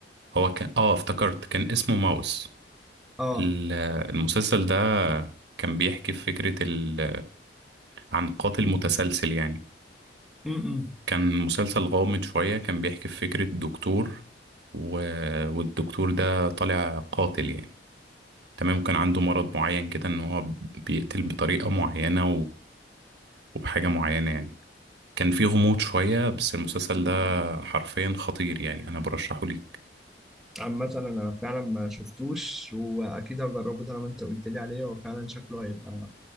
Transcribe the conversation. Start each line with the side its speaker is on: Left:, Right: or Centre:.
Right: هو كان اه افتكرت كان اسمه ماوس
Centre: اه
Right: ال- المسلسل ده كان بيحكي في فكرة ال... عن قاتل متسلسل يعني
Centre: م-م.
Right: كان مسلسل غامض شوية كان بيحكي في فكرة دكتور و... والدكتور ده طالع قاتل يعني تمام كان عنده مرض معين كده ان هو بيقتل بطريقة معينة وبحاجة معينة يعني كان في غموض شوية بس المسلسل ده حرفيا خطير يعني أنا برشحه ليك
Centre: عامة أنا فعلا ما شفتوش وأكيد هجربه طالما أنت قلت لي عليه هو فعلا شكله هيبقى